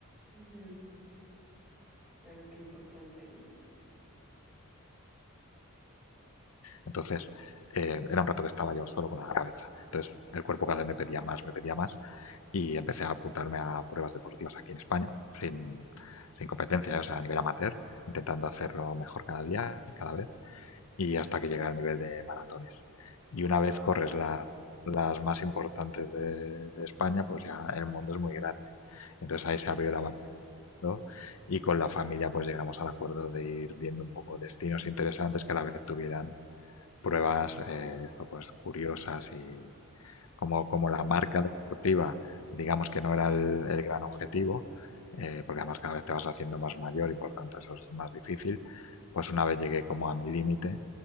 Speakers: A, in the centre; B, on the left.
A: Ujú, Claro que importante, ¿no?
B: Entonces, eh, era un rato que estaba yo solo con la cabeza. Entonces, el cuerpo cada vez me pedía más, me pedía más, y empecé a apuntarme a pruebas deportivas aquí en España, sin, sin competencia, ¿eh? o sea, a nivel amateur, intentando hacerlo mejor cada día, cada vez, y hasta que llegué al nivel de maratones. Y una
A: Wow.
B: vez corres la- las más importantes de, de España, pues ya el mundo es muy grande. Entonces
A: <laughs>
B: ahí se abrió la bandera mundo, y con la familia pues llegamos al acuerdo de ir viendo un poco destinos interesantes que a la vez tuvieran pruebas eh, esto pues curiosas y como, como la marca deportiva, digamos que no era el, el gran objetivo, eh, porque además cada vez te vas haciendo más mayor y por tanto eso es más difícil, pues una vez llegué como a mi límite,